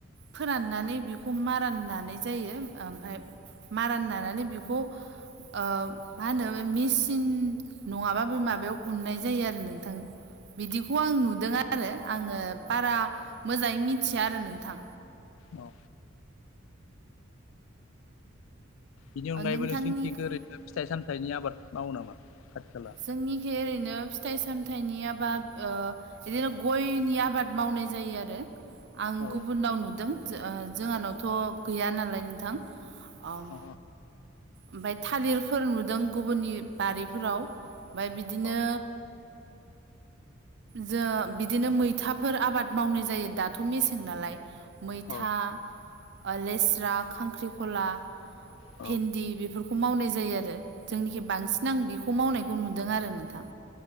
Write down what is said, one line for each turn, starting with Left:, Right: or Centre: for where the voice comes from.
Right: फोराननानै बिखौ मारान नानाय जायो आ ओमफाय मारान नानानै बिखौ ओ मा होनो मिसिन नङाबा बे माबायाव उननाय जायो आरो नोंथां बिदिखौ आं नुदों आरो आङो बारा मोजाङै मिथिया आरो नोंथां
Left: औ बिनि अनगायैबो
Right: नोंथांनि
Left: नोंसिनि थिग ओरैनो फिथाइ सामथाइनि आबाद मावो नामा खाथि खाला
Right: जोंनिखि ओरैनो फिथाइ सामथाइनि आबाद ओ इदिनो गयनि आबाद मावनाय जायो आरो आं
Left: औ
Right: गुबुनाव नुदों जोंहानावथ' गैया नालाय नोंथां ओम
Left: औ
Right: ओमफाय थालिरफोर नुदों गुबुननि बारिफोराव ओमफाय बिदिनो
Left: औ
Right: जो बिदिनो मैथाफोर आबाद मावनाय जायो दाथ' मेसें नालाय मैथा
Left: औ
Right: ओ लेस्रा खांख्रिखला
Left: औ
Right: भेन्दि बिफोर खौ मावनाय जायो आरो जोंनिखि बांसिन आं बेखौ मावनायखौ नुदों आरो नोंथां